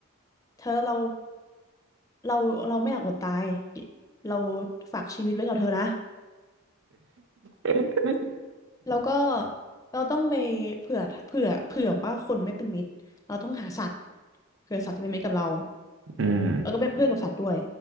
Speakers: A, on the left; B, on the right.
A: เธอเราเราเราไม่อยากอดตายเราฝากชีวิตไว้กับเธอนะ
B: <laughs>
A: แล้วก็เราต้องไปเผื่อเผื่อเผื่อว่าคนไม่เป็นมิตรเราต้องหาสัตว์เผื่อสัตว์จะเป็นมิตรกับเรา
B: อืม
A: แล้วก็เป็นเพื่อนกับสัตว์ด้วย